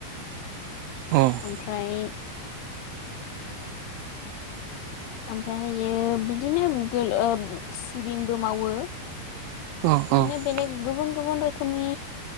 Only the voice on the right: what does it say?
अ
अ अ